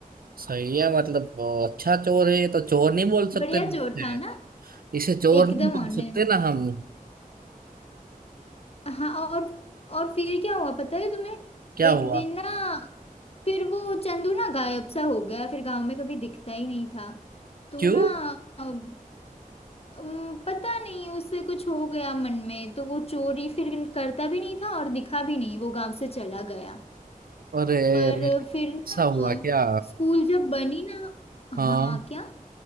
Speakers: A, on the right (about 80°); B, on the left (about 45°).
A: सही है मतलब अ, अच्छा चोर है ये तो चोर नहीं बोल सकते
B: बढ़िया
A: इसे
B: चोर था ना
A: इसे चोर
B: एकदम
A: नहीं बोल
B: ऑनेस्ट
A: सकते ना हम
B: हाँ और और फिर क्या हुआ पता है तुम्हें
A: क्या
B: एक
A: हुआ
B: दिन ना फिर वो चंदू ना गायब सा हो गया फिर गांव में कभी दिखता ही नहीं था तो
A: क्यों
B: ना अम, अम, पता नहीं उससे कुछ हो गया मन में तो वो चोरी फिर करता भी नहीं था और दिखा भी नहीं वो गांव से चला गया
A: अरे
B: पर फिर ना
A: ऐसा हुआ क्या
B: स्कूल जब बनी ना
A: हाँ
B: हाँ क्या